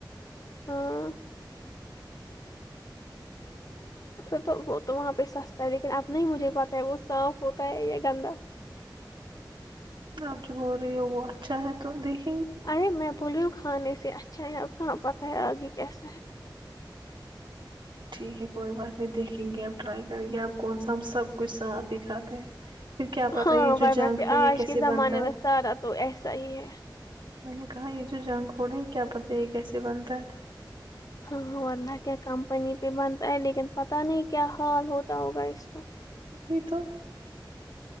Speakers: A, on the left; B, on the right.
A: ہاں
B: تو تو <unintelligible>
A: پھر تو وہ تو وہاں پہ سستا ہے لیکن اب نہیں مجھے پتا ہے وہ صاف ہوتا ہے یا گندا
B: اب جو بول رہی ہے ہو وہ اچھا ہے تو دیک
A: ارے میں پولیو کھانے سے اچھا ہے اب کہاں پتہ ہے آگے کیسا ہے
B: چلو ٹھیک ہے کوئی بات نہیں دیکھیں گے آپ ٹرائی کریں گے آپ کون سا ہم سب کچھ صاف ہی کھاتے ہیں پھر کیا پتا
A: ہاں
B: یہ جو
A: یرا
B: جنک
A: کہ
B: ہے یہ
A: آج
B: کیسے
A: کے زمانے
B: بنتا
A: میں
B: ہے
A: سارا تو ایسا ہی ہے
B: میں نے کہا یہ جو جنگ کھوڑا ہے کیا پتا یہ کیسے بنتا ہے
A: ہاں ورنہ کیا کمپنی پہ بنتا ہے لیکن پتا نہیں کیا حال ہوتا ہوگا اس کا
B: نہیں تو